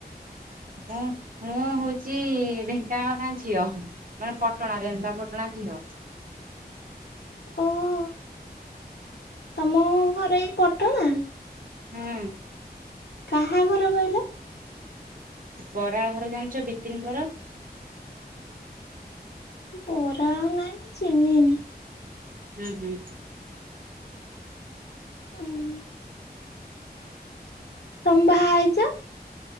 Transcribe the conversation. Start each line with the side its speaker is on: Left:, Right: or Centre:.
Right: ହଁ ମୁଁ ହଉଛି ଢେଙ୍କାନାଳ ଗାଁ ଝିଅ। ମାନେ ପଟଣା ରେଣନ୍ଦାପଟଣା ଝିଅ।
Left: ଓହୋ ତମ ଘର ଏଇ ପଟଣା?
Right: ହୁଁ।
Left: କାହାଘର କହିଲ?
Right: ବରାଳ ଘର ଜାଣିଛ ବିପିନ ବରାଳ?
Left: ବରାଳ ନାଇଁ ମୁଁ ଚିହ୍ନିନି।
Right: ହୁଁ ହୁଁ।
Left: ହୁଁ। ତମେ ବାହା ହେଇଚ?